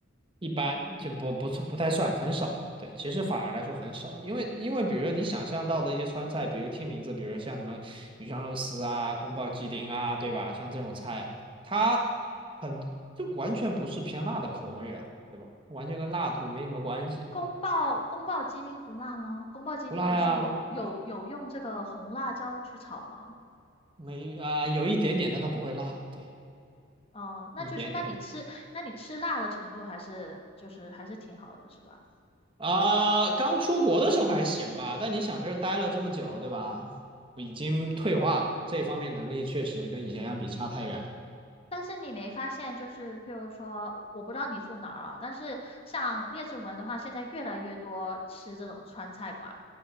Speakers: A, on the right; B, on the left.
A: 一般就不不不太算，很少。对，其实反而来说很少，因为因为比如说你想象到的一些川菜，比如听名字，比如像什么鱼香肉丝啊、宫保鸡丁啊，对吧？像这种菜，它很就完全不是偏辣的口味啊，对吧？完全跟辣度没什么关系，
B: 宫爆宫爆鸡丁不辣吗？宫爆鸡丁不是有有有用这个红辣椒去炒吗？
A: 不辣呀，没啊、有一点点，但它不会辣，对，
B: 哦，那就是那你吃那你吃辣的程度还是就是还是挺好的，
A: 一点点。
B: 是吧？
A: 啊、刚出国的时候还行吧，但你想这儿待了这么久，对吧？已经退化了，这方面能力确实跟以前相比差太远了
B: 但是你没发现，就是譬如说，我不知道你住哪儿啊，但是像列治文的话，现在越来越多吃这种川菜馆。